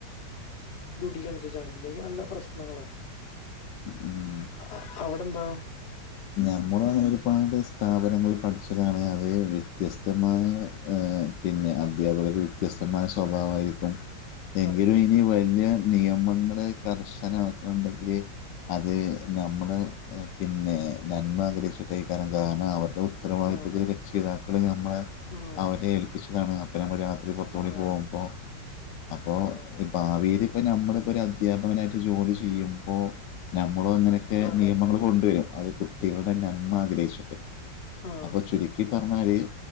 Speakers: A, on the left; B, on the left.
A: സ്യൂട്ടിക്കനുസരിച്ചാണ്ഇല്ലെങ്കിൽ നല്ല പ്രശ്നങ്ങളാണ്
B: ഉം
A: അ അ അവിടെ എന്താ
B: ഞമ്മളൊ ഞാൻ ഒരുപാട് സ്ഥാപനങ്ങൾ പഠിച്ചതാണ് അതിൽ വ്യത്യസ്തമായ ഏ പിന്നെ അധ്യാപകർ വ്യത്യസ്തമായ സ്വഭാവമായിരിക്കും
A: <inaudible>
B: എങ്കിലും ഇനി വലിയ നിയമങ്ങൾ കർശനം ആക്ണ്ടെ‌ങ്കില് അത് നമ്മുടെ പിന്നെ നന്മ ആഗ്രഹിച്ചിട്ട് അയ്ക്കാരം കാരണം അവരുടെ ഉത്തരവാദിത്വത്തിൽ
A: ആഹ്
B: രക്ഷിതാക്കൾ നമ്മളെ
A: ആഹ്
B: അവരെ ഏൽ പിച്ചതാണ് അപ്പൊ നമ്മൾ രാത്രി പുറത്ത് കൂടി
A: ആണാണ്
B: പോകുമ്പൊ അപ്പൊ
A: ആഹ്
B: ഭാവിൽ ഇപ്പൊ നമ്മള് ഇപ്പൊ ഒരു അദ്ധ്യാപകനായിട്ട് ജോലി ചെയ്യുമ്പോ നമ്മളും അങ്ങനെയൊക്കെ
A: അതെ
B: നിയമങ്ങൾ കൊണ്ടുവരും അത് കുട്ടികളുടെ നന്മ ആഗ്രഹിച്ചിട്ട്
A: ആഹ്
B: അപ്പൊ ചുരുക്കി പറഞ്ഞാല്